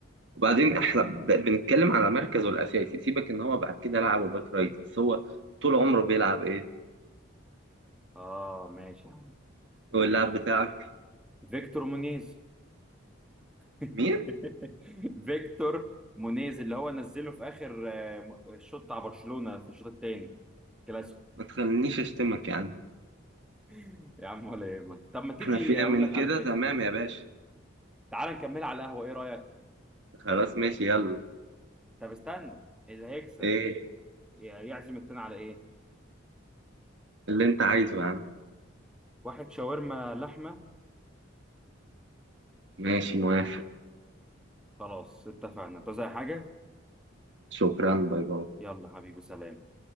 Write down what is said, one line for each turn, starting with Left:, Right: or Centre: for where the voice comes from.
Right: وبعدين احنا ب- بنتكلم على مركزه الاساسي سيبك ان هو بعد كده لعبه باك رايت بس هو طول عمره بيلعب ايه
Centre: اه ماشي يا عم ماشي
Right: هو اللاعب بتاعك
Centre: فيكتور مونيز <laughs>
Right: مين؟
Centre: فيكتور مونيز اللي هو نزله في اخر آه، الشوط بتاع برشلونة في الشوط الثاني كلاسيكو
Right: ما تخلينيش اشتمك يا عم
Centre: <laughs> يا عم ولا يهمك طب ما تيجي
Right: احنا فينا
Centre: اقول
Right: من
Centre: لك
Right: كده
Centre: على فكره
Right: تمام يا باشا
Centre: تعال نكملها على القهوه ايه رايك
Right: خلاص ماشي يلا
Centre: طب استنى اللي هيكسب
Right: ايه
Centre: يعزم التاني على ايه
Right: اللي انت عايزه يا عم
Centre: واحد شاورما لحمه
Right: ماشي موافق
Centre: خلاص اتفقنا انت زي حاجه
Right: شكرا باي باي
Centre: يلا حبيبي سلام